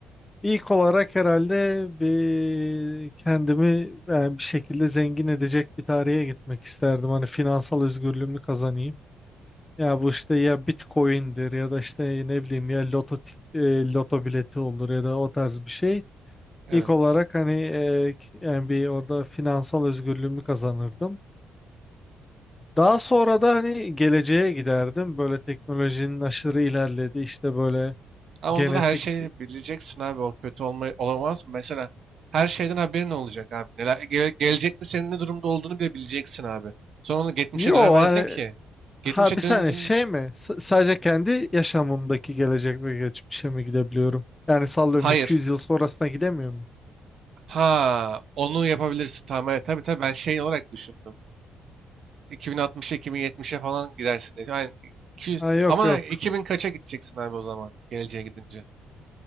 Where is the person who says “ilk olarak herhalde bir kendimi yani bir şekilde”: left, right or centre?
Left